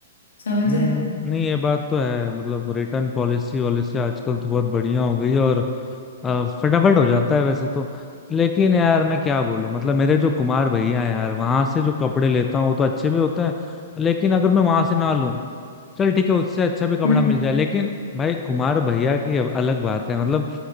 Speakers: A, on the left (about 80°); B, on the left (about 15°).
A: समझ
B: हम्म
A: रहा है
B: नहीं ये बात तो है मतलब रिटर्न पॉलिसी वॉलिसी आजकल तो बहुत बढ़िया हो गई है और अ, फटाफट हो जाता है वैसे तो लेकिन यार मैं क्या बोलूं मतलब मेरे जो कुमार भैया हैं यार वहां से जो कपड़े लेता हूँ वो तो अच्छे भी होते हैं लेकिन अगर मैं वहां से ना लूं चल ठीक है उससे अच्छा भी कपड़ा
A: हम्म
B: मिल जाए लेकिन भाई कुमार भैया की अब अलग बात है मतलब